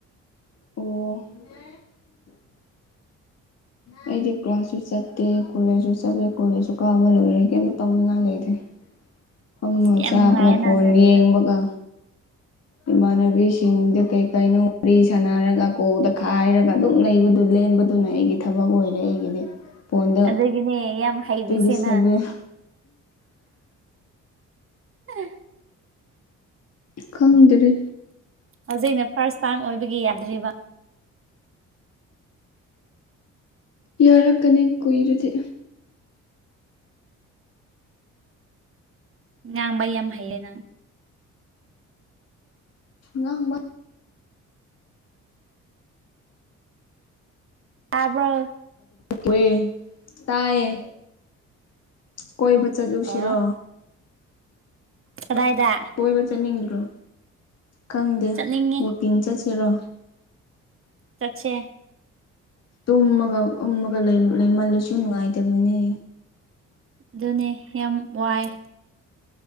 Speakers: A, on the left; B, on the right.
A: ꯑꯣ ꯑꯩꯗꯤ ꯀ꯭ꯂꯥꯁꯁꯨ ꯆꯠꯇꯦ ꯀꯣꯂꯦꯖꯁꯨ ꯆꯠꯂꯦ ꯀꯣꯂꯦꯖꯁꯨ ꯀꯥꯕ ꯂꯣꯏꯔꯦ ꯀꯩꯝꯇ ꯇꯧꯅꯤꯡꯉꯥꯏ ꯂꯩꯇꯦ
B: <unintelligible>
A: ꯀꯪꯉꯣ
B: ꯌꯥꯝ
A: ꯆꯥꯕꯒ
B: ꯅꯨꯡꯉꯥꯏꯌꯦꯅ
A: ꯐꯣꯟ
B: ꯑꯗꯨꯗꯤ
A: ꯌꯦꯡꯕꯒ ꯏꯃꯥꯟꯅꯕꯤꯁꯤꯡꯗ ꯀꯩ ꯀꯩꯅꯣ ꯋꯥꯔꯤ ꯁꯥꯟꯅꯔꯒ ꯀꯣꯗ ꯈꯥꯏꯔꯒ ꯑꯗꯨꯝ ꯂꯩꯕꯗꯨ ꯂꯩ ꯂꯦꯡꯕꯗꯨꯅ ꯑꯩꯒꯤ ꯊꯕꯛ ꯑꯣꯏꯔꯦ ꯑꯩꯒꯤꯗꯤ ꯐꯣꯟꯗ
B: ꯑꯗꯨꯒꯤꯅꯦ ꯌꯥꯝ ꯍꯩꯔꯤꯁꯦ
A: ꯇ꯭ꯋꯦꯟꯇꯤ ꯁꯚꯦꯟ
B: ꯅꯪ ꯎꯝ
A: ꯈꯪꯗ꯭ꯔꯦ
B: ꯍꯧꯖꯤꯛ ꯑꯩꯅ ꯐꯥꯔꯁ ꯇꯥꯏꯝ ꯑꯣꯏꯕꯒꯤ ꯌꯥꯗ꯭ꯔꯤꯕ
A: ꯌꯥꯔꯛꯀꯅꯤ ꯀꯨꯏꯔꯨꯗꯤ
B: ꯉꯥꯡꯕ ꯌꯥꯝ ꯍꯩꯌꯦ ꯅꯪ
A: ꯉ
B: ꯇꯥꯕ꯭ꯔ
A: ꯑꯑꯦ ꯇꯥꯏꯌꯦ ꯀꯣꯏꯕ ꯆꯠꯂꯨꯁꯤꯔꯣ
B: ꯑꯣ ꯀꯗꯥꯏꯗ
A: ꯀꯣꯏꯕ ꯆꯠꯅꯤꯡꯗ꯭ꯔꯣ ꯈꯪꯗꯦ
B: ꯆꯠꯅꯤꯡꯉꯤ
A: ꯋꯀꯤꯡ ꯆꯠꯁꯤꯔꯣ
B: ꯆꯠꯆꯦ
A: ꯇꯨꯝꯃꯒ ꯎꯨꯝꯃꯒ ꯂꯩꯃꯜꯂꯁꯨ ꯅꯨꯡꯉꯥꯏꯇꯕꯅꯦ
B: ꯑꯗꯨꯅꯦ ꯌꯥꯝ ꯋꯥꯏ